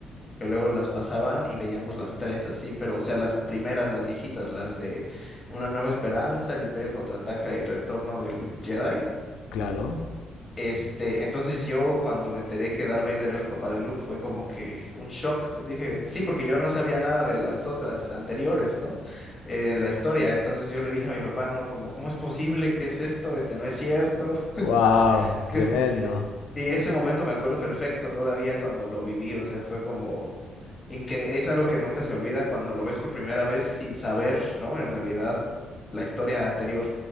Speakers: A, on the left; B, on the left.
A: que luego las pasaban y veíamos las tres así, pero o sea, las primeras, las viejitas, las de Una Nueva Esperanza, El Imperio Contraataca y Retorno del Jedi.
B: claro.
A: Este, entonces yo cuando me enteré que Darth Vader era el papá de Luke fue como que un shock. Dije, sí, porque yo no sabía nada de las otras anteriores, ¿no? Eh, En la historia. Entonces yo le dije a mi papá, no, como, ¿cómo es posible? ¿Qué es esto? Este no es cierto.
B: Wow,
A: <laughs> ¿Qué,
B: tremendo.
A: es- y ese momento me acuerdo perfecto todavía cuando lo viví, o sea, fue como incre- es algo que nunca se olvida cuando lo ves por primera vez sin saber, ¿no? En realidad, la historia anterior.